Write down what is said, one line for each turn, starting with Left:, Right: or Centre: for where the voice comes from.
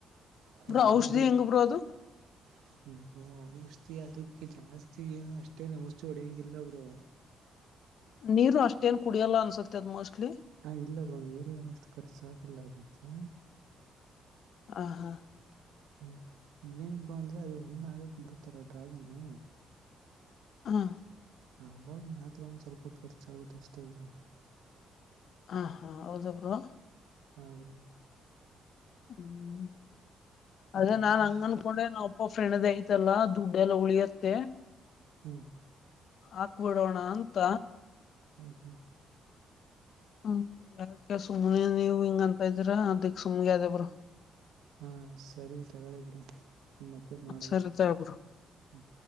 Right: ಹಾ
Left: ಬ್ರೋ
Right: ಎಲ್ಲಡ್ಔಷಿ
Left: ಔಷಧಿ ಹೆಂಗ್ ಬ್ರೋ ಅದು
Right: ಅದು ಜಾಸ್ತಿ ಏನು ಅಷ್ಟೇನು ವಸ್ತುಗಳು ಹೆಂಗಿಲ್ಲಬ್ರು
Left: ನೀರು ಅಷ್ಟೇನ್ ಕುಡಿಯೋಲ್ಲ ಅನ್ಸತ್ತೆ ಅದ ಮೋಸ್ಟ್ಲಿ
Right: ಹಾ ಇಲ್ಲ ಬ್ರೋ ನೀರು ಏನಷ್ಟು ಖರ್ಚ ಆಗಲ್ಲ ಅದಕ್ಕೆ
Left: ಹ ಹಾ
Right: ಹ್ಮ್ ಏನ್ ಬ ಅಂದ್ರೆ ಅದು ಒಣನ್ ಆಗಕ್ ಬಿರುತ್ತಾರ ಡ್ರ್ಯಾಗನು
Left: ಹಾ
Right: ಅವಾಗ ಮಾತ್ರ ಒಂದ್ ಸ್ವಲ್ಪ ಖರ್ಚಾಗುತ್ತೆ ಅಷ್ಟವರು
Left: ಹಾ ಹಾ ಹೌದಬ್ರು
Right: ಹಾ ಬರೋ
Left: ಹ್ಮ್ ಅದೇ
Right: ಮತ್ತೆ
Left: ನಾನ್
Right: ಬ್ರೋ
Left: ಹಂಗನ್ಕೊಂಡೆ ನಾ ಫ್ರೆಂಡದ ಐತಲ್ಲ ದುಡ್ಡೆ ಎಲ್ಲ ಉಳಿಯತ್ತೆ
Right: ಹ್ಮ್
Left: ಹಾಕ್ಬಿಡೋಣ ಅಂತ
Right: ಹ್ಮ್ ಹ್ಮ್
Left: ಹ್ಮ್ ಯಾಕ ಸುಮ್ನೆ ನೀವ್ ಹಿಂಗ ಅಂತ ಇದ್ದೀರಾ ಅದಿಕ್ ಸುಮ್ಗೆ ಅದೇ ಬ್ರ
Right: ಹಾ ಸರಿ ತಗಗಳಬರು ಮತ್ತದ ಮಾಡುವ
Left: ಸರಿ ತಗೋ ಬ್ರೋ
Right: ಹ್ಮ